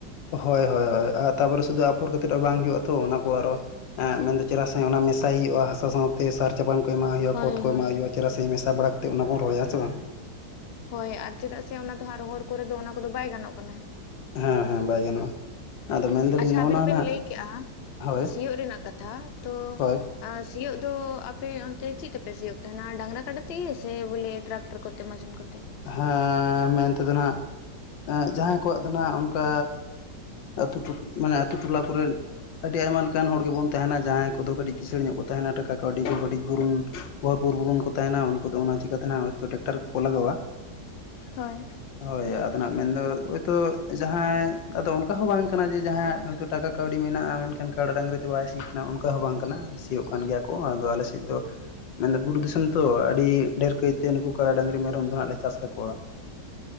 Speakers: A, on the left (about 80°); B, on the left (about 70°).
A: ᱦᱳᱭ ᱦᱳᱭ ᱦᱳᱭ ᱛᱟᱯᱚᱨᱮ ᱥᱩᱫᱩ ᱟᱯᱷᱚᱨ ᱠᱟᱛᱮᱫ ᱵᱟᱝ ᱦᱩᱭᱩᱜᱼᱟ ᱛᱚ ᱚᱱᱟ ᱠᱚ ᱟᱨᱚ ᱢᱮᱱ ᱫᱚ ᱪᱮᱨᱦᱟ ᱥᱟᱦᱤᱡ ᱚᱱᱟ ᱢᱮᱥᱟᱭ ᱦᱩᱭᱩᱜᱼᱟ ᱦᱟᱥᱟ ᱥᱟᱶ ᱛᱮ ᱥᱟᱨ ᱪᱟᱯᱟᱱ ᱠᱚ ᱮᱢᱟᱜ ᱦᱩᱭᱩᱜᱼᱟ
B: ᱦᱳᱭ
A: ᱠᱷᱚᱛ ᱠᱚ
B: ᱦᱳᱭ
A: ᱮᱢᱟᱜ ᱦᱩᱭᱩᱜᱼᱟ ᱪᱮᱫᱟᱜ ᱥᱮ ᱢᱮᱥᱟ ᱵᱟᱲᱟ ᱠᱟ ᱠᱟᱛᱮᱫ ᱚᱱᱟ ᱵᱚᱱ ᱨᱚᱦᱚᱭᱟ ᱥᱮ ᱵᱟᱝ᱾
B: ᱦᱳᱭ ᱟᱨ ᱪᱮᱫᱟᱜ ᱥᱮ ᱚᱱᱟ ᱫᱚ ᱦᱟᱸᱜ ᱨᱚᱦᱚᱲ ᱠᱚᱨᱮ ᱫᱚ ᱚᱱᱟ ᱠᱚᱫᱚ ᱵᱟᱭ ᱜᱟᱱᱚᱜ ᱠᱟᱱᱟ᱾
A: ᱦᱮᱸ ᱦᱮᱸ ᱵᱟᱭ ᱜᱟᱱᱚᱜᱼᱟ᱾ ᱟᱫᱚ ᱢᱮᱱᱫᱟᱞᱤᱧ
B: ᱟᱪᱪᱷᱟ
A: ᱱᱚᱜᱼᱚ
B: ᱟᱵᱤᱱ
A: ᱱᱟ
B: ᱵᱮᱤᱱ
A: ᱱᱟᱜ
B: ᱞᱟᱹᱭ ᱠᱮᱜᱼᱟ
A: ᱦᱳᱭ
B: ᱥᱤᱭᱳᱜ ᱨᱮᱱᱟᱜ ᱠᱟᱛᱷᱟ ᱛᱳ
A: ᱦᱳᱭ
B: ᱟᱨ ᱥᱤᱭᱳᱜ ᱫᱚ ᱟᱯᱮ ᱚᱱᱛᱮ ᱪᱮᱫ ᱛᱮᱯᱮ ᱥᱤᱭᱳᱜ ᱛᱟᱦᱮᱱᱟ ᱰᱟᱝᱨᱟ ᱠᱟᱰᱟ ᱛᱮᱜᱮ ᱥᱮ ᱵᱚᱞᱮ ᱴᱨᱟᱠ ᱥᱟᱨ ᱠᱚᱛᱮ ᱢᱟᱡᱚᱱ ᱠᱚᱛᱮ
A: ᱦᱮ ᱢᱮᱱᱛᱮᱫᱚ ᱱᱟᱜ ᱡᱟᱦᱟᱸᱭ ᱠᱚᱣᱟᱜ ᱫᱚ ᱦᱟᱜ ᱚᱱᱠᱟ ᱟᱹᱛᱩ ᱢᱟᱱᱮ ᱟᱹᱛᱩ ᱴᱚᱞᱟ ᱠᱚᱨᱮᱱ ᱟᱹᱰᱤ ᱟᱭᱢᱟ ᱞᱮᱠᱟᱱ ᱦᱚᱲ ᱜᱮᱵᱚᱱ ᱛᱟᱦᱮᱱᱟ ᱡᱟᱦᱟᱸᱭ ᱠᱚᱫᱚ ᱠᱟᱹᱴᱤᱡ ᱠᱤᱥᱟᱹᱬᱤ ᱧᱚᱜ ᱠᱚ ᱛᱟᱦᱮᱱᱟ ᱴᱟᱠᱟ ᱠᱟᱹᱣᱰᱤ ᱠᱚ ᱠᱟᱹᱴᱤᱡ ᱯᱩᱨᱩᱱ <unintelligible> ᱨᱮᱱ ᱠᱚ ᱛᱟᱦᱮᱱᱟ ᱩᱱᱠᱩ ᱫᱚ ᱚᱱᱟ ᱪᱤᱠᱟ ᱛᱟᱦᱮᱱᱟ ᱦᱚᱭᱛᱚ ᱴᱟᱠᱴᱟᱨ ᱠᱚ ᱞᱟᱜᱟᱣᱟ
B: ᱦᱳᱭ
A: ᱦᱳᱭ ᱟᱫᱚᱱᱟᱜ ᱢᱮᱱᱫᱚ ᱦᱳᱭᱛᱳ ᱡᱟᱦᱟᱸᱭ ᱟᱫᱚ ᱚᱱᱠᱟ ᱦᱚᱸ ᱵᱟᱝ ᱠᱟᱱᱟ ᱡᱮ ᱡᱟᱦᱟᱸ ᱦᱳᱭᱛᱳ ᱴᱟᱠᱟ ᱠᱟᱹᱣᱰᱤ ᱢᱮᱱᱟᱜᱼᱟ ᱢᱮᱱᱠᱷᱟᱱ ᱠᱟᱰᱟ ᱰᱟᱝᱨᱤ ᱛᱮ ᱵᱟᱭ ᱥᱤᱭᱟᱹ ᱠᱟᱱᱟ ᱚᱱᱠᱟ ᱦᱚᱸ ᱵᱟᱝ ᱠᱟᱱᱟ ᱥᱤᱭᱳᱜ ᱠᱟᱱ ᱜᱮᱭᱟ ᱠᱚ ᱟᱫᱚ ᱟᱞᱮ ᱥᱮᱫ ᱫᱚ ᱢᱮᱱᱫᱟ ᱵᱩᱨᱩ ᱫᱤᱥᱚᱢ ᱛᱚ ᱟᱹᱰᱤ ᱰᱷᱮᱨ ᱠᱟᱹᱭᱛᱮ ᱱᱩᱠᱩ ᱠᱟᱲᱟ ᱰᱟᱝᱨᱤ ᱢᱮᱨᱚᱢ ᱫᱚᱱᱟᱜ ᱪᱟᱥ ᱠᱟᱠᱚᱣᱟ